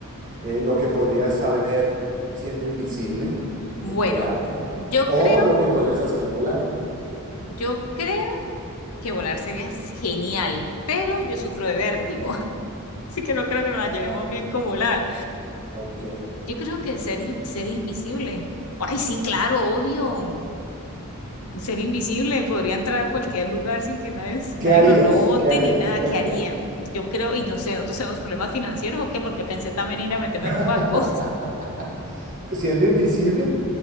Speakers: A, on the right; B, on the left.
A: eh, lo que podrías saber siendo invisible,
B: Bueno,
A: enterarte,
B: yo
A: o
B: creo,
A: lo que podrías hacer volando, ¿no?
B: yo creo que volar sería genial, pero yo sufro de vértigo. <laughs> así que no creo que nos la
A: Ah,
B: llevemos bien con volar.
A: ok.
B: Yo creo que ser, i- ser invisible. Ay, sí, claro, obvio. ser invisible, podría entrar a cualquier lugar sin que nadie,
A: ¿Qué
B: nadie
A: harías?
B: lo note
A: ¿Qué harías?
B: ni nada.
A: ¿Qué
B: ¿Qué
A: harías?
B: haría? Yo creo, y no sé, nosotros tenemos problemas financieros o qué, porque pensé también ir a meterme
A: <laughs>
B: en un banco. <laughs>
A: Siendo invisible,